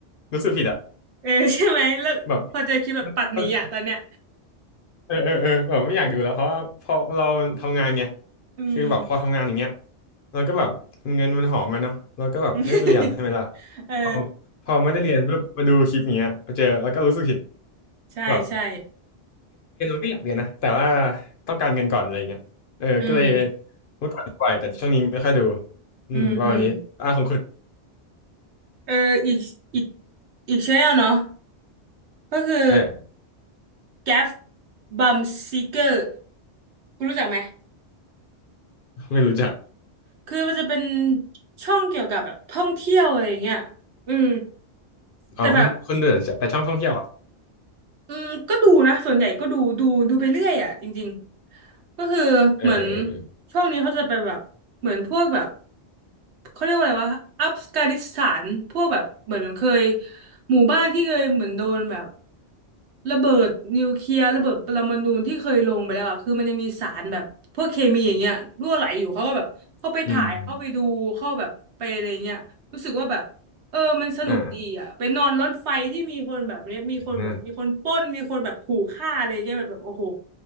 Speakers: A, on the left; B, on the right.
A: รู้สึกผิดอ่ะ
B: เออใช่ไหมแล้วพอเจอคลิปแบบปัดหนีอ่ะตอนเนี้ย
A: แบบมัน เออเออเออแบบไม่อยากดูแล้วเพราะว่าพอเรามันทำงานไง
B: อืม
A: คือแบบพอทำงานอย่างเงี้ยเราก็แบบเงินมันหอมมาเนาะเราก็แบบไม่ได้เรียนใช่ไหมล่ะ
B: <laughs> เออ
A: พอพอไม่ได้เรียนปุ๊บมาดูคลิปอย่างเงี้ยมาเจอแล้วก็รู้สึกผิด
B: ใช่ใช่
A: แบบก็อยากเรียนนะแต่ว่าต้องการเงินก่อนอะไรเงี้ยเออก็เลย
B: อืม
A: เมื่อก่อนปล่อยแต่ช่วงนี้ไม่ค่อยดูอืมประมาณนี้อ่าของคุณ
B: อืมอืมเอออีกอีกอีกชแนลเนาะก็คือ
A: เออ
B: Gaff Bum Seeker คุณรู้จักไหม
A: ไม่รู้จัก
B: คือมันจะเป็นช่องเกี่ยวกับแบบท่องเที่ยวอะไรอย่างเงี้ยอืม
A: อ๋อคุณคุณเดอแต่ช่องท่องเที่ยวเหรอ
B: แต่แบบอืมก็ดูนะส่วนใหญ่ก็ดูดูดูไปเรื่อยอ่ะจริงๆก็คือเหมือน
A: เออเออเออเออ
B: ช่องนี้เขาจะไปแบบเหมือนพวกแบบ เขาเรียกว่าอะไรวะอัฟกานิสถานพวกแบบเหมือนเคยหมู่บ้านที่เคยเหมือนโดนแบบระเบิดนิวเคลียร์ระเบิดปรมาณูที่เคยลงไปแล้วอะคือมันยังมีสารแบบพวกเคมีอย่างเงี้ยรั่วไหลอยู่เขาก็แบบเข้าไปถ่ายเข้าไปดูเข้าแบบไปอะไรเงี้ยรู้สึกว่าแบบเออมันสนุกดีอ่ะไปนอนรถไฟที่มีคนแบบเนี้ยมีคนแบบมีคนปล้นมีคนแบบขู่ฆ่าอะไรเงี้ยแบบแบบโอ้โห
A: อืมอมอ่าอ่า